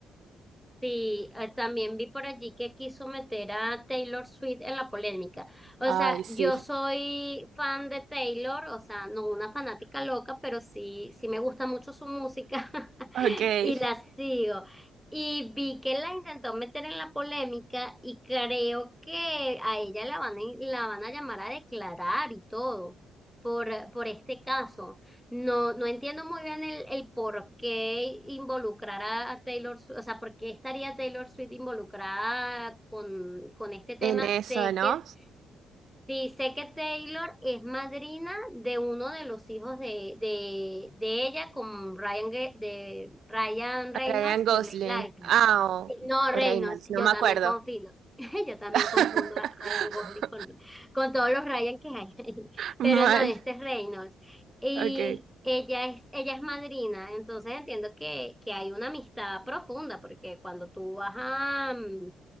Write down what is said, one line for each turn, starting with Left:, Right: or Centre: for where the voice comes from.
Centre: Sí, eh, también vi por allí que quiso meter a Taylor Swift en la polémica. O
Right: Ay,
Centre: sea,
Right: sí,
Centre: yo soy fan de Taylor, o sea, no una fanática loca, pero sí, sí me gusta mucho su música. <laughs>
Right: <laughs> ok,
Centre: y la sigo. Y vi que la intentó meter en la polémica y creo que a ella la van a, la van a llamar a declarar y todo por, por este caso. No, no entiendo muy bien el, el por qué involucrar a, a Taylor Swift, o sea, por qué estaría Taylor Swift involucrada con, con este tema.
Right: en eso,
Centre: Sé
Right: ¿no?
Centre: que Sí, sé que Taylor es madrina de uno de los hijos de, de, de ella con Ryan, Ge- de Ryan Reynolds
Right: Ryan Gosling,
Centre: y Blake Lively.
Right: ah, o,
Centre: Sí, no,
Right: o
Centre: Reynolds,
Right: Reynolds,
Centre: yo
Right: no me
Centre: también
Right: acuerdo.
Centre: confundo. <laughs> Yo también
Right: <laughs>
Centre: confundo a Ryan Gosling con, con todos los Ryan que hay. <laughs>
Right: Mal,
Centre: Pero no, este es Reynolds. Y
Right: ok.
Centre: ella es, ella es madrina, entonces entiendo que, que hay una amistad profunda, porque cuando tú vas a, mm,